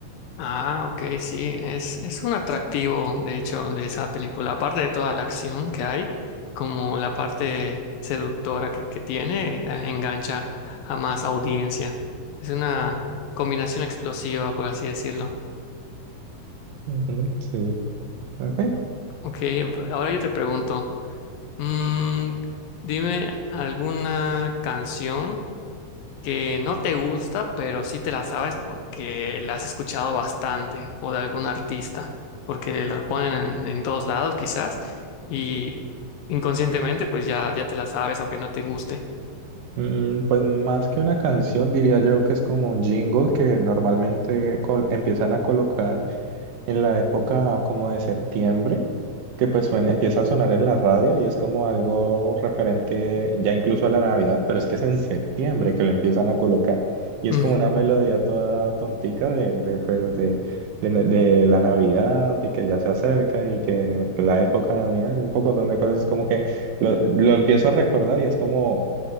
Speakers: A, on the left; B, on the right.
A: Ah, ok, sí, es, es un atractivo, de hecho, de esa película. Aparte de toda la acción que hay, como la parte seductora que, que tiene, eh, engancha a más audiencia. Es una combinación explosiva, por así decirlo.
B: Ujú, sí, ok.
A: Ok, ahora yo te pregunto, mm, dime alguna canción. que no te gusta, pero sí te la sabes porque la has escuchado bastante o de algún artista, porque la ponen en, en todos lados quizás y inconscientemente pues ya, ya te la sabes aunque no te guste.
B: Mm, pues más que una canción, diría yo que es como un jingle que normalmente col- empiezan a colocar en la época como de septiembre, que pues suena- empieza a sonar en la radio y es como algo referente ya incluso a la Navidad, pero es que es en septiembre que lo empiezan a colocar y es
A: Mm,
B: como una melodía toda tontica de, de, pues, de, de, de la Navidad y que ya se acerca y que la época de unidad y un poco de cosas, es como que lo, lo empiezo a recordar y es como,